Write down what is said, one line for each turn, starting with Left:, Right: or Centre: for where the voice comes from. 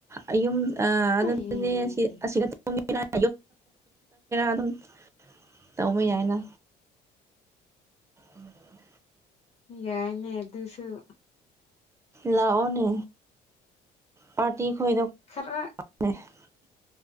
Right: ꯑ ꯌꯨꯝ ꯑ <unintelligible> <unintelligible>
Left: ꯑꯩ
Right: ꯑꯗꯨꯝ ꯇꯧꯕ ꯌꯥꯏꯅ ꯎꯝ
Left: ꯌꯥꯏꯅꯦ ꯑꯗꯨꯁꯨ
Right: ꯂꯥꯛꯑꯣꯅꯦ ꯄꯥꯔꯇꯤ ꯈꯣꯏꯗꯣ
Left: ꯈꯔ
Right: <unintelligible>